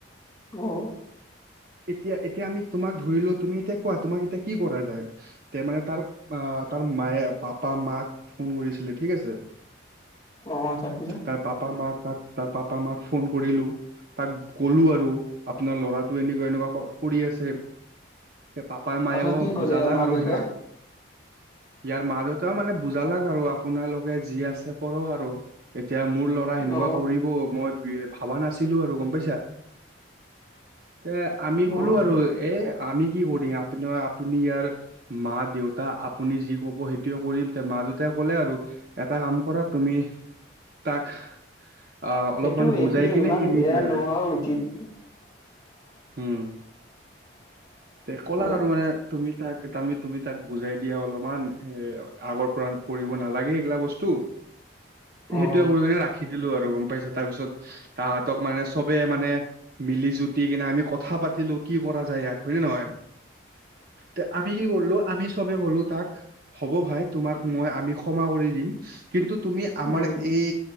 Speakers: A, on the left; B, on the right.
A: অ'।
B: এতিয়া, এতিয়া আমি তোমাক ধৰিলোঁ, তুমি এতিয়া কোৱা, তোমাক এতিয়া কি কৰা যায়? তে মানে তাৰ, আহ তাৰ মায়ে, পাপা মাক ফোন কৰিছিলে ঠিক আছে।
A: অ' তাৰপিছত?
B: তাৰ পাপা মাক, তাৰ পাপা মাক ফোন কৰিলো। তাক ক'লো আৰু, আপোনাৰ ল'ৰাটো এনেকুৱা এনেকুৱা কৰি আছে। তে পাপাই মায়েও
A: পাছত কি ক'লে
B: বুজালাক
A: ইয়াৰ মা
B: আৰু
A: দেউতাই
B: সেয়া ইয়াৰ মা-দেউতাও মানে বুজালাক আৰু, আপোনালোকে যি আছে কৰক আৰু। এতিয়া মোৰ ল'ৰা সেনেকুৱা
A: অ
B: কৰিব, মই ভাবা নাছিলো আৰু গম পাইছা। এ আমি
A: অ
B: ক'লো আৰু, এ, আমি কি কৰিম আপুনাৰ আপুনি ইয়াৰ মা-দেউতা, আপুনি যি ক'ব সেইটোৱে কৰিম এ মা দেউতাই ক'লে আৰু এটা কাম কৰা তুমি, তাক আহ অলপমান
A: সেইটো
B: বুজাই
A: এতিয়া
B: কিনে
A: ইমান
B: এৰি
A: বেয়া
B: দিয়া
A: নোহোৱা
B: আৰু
A: উচিত। <inaudible>
B: উম তে কলাক
A: অ
B: আৰু মানে, তুমি তাক, তুমি তাক বুজাই দিয়া অলপমান, হে আগৰ পৰা কৰিব নালাগে সেইবিলাক বস্তু
A: <inaudible> অ
B: সেইটোৱে কৰি কিনে ৰাখি দিলো আৰু, গম পাইছে, তাৰপিছত তাহাঁতক মানে চবে মানে মিলি জুতি কিনে আমি কথা পাতিলো, কি কৰা যায় ইয়াক হয় নে নহয়? তে আমি কি কৰিলো, আমি চবে ক'লো তাক হ'ব ভাই তোমাক মই, আমি ক্ষমা কৰি দিম কিন্তু, তুমি আমাৰ
A: উম
B: এই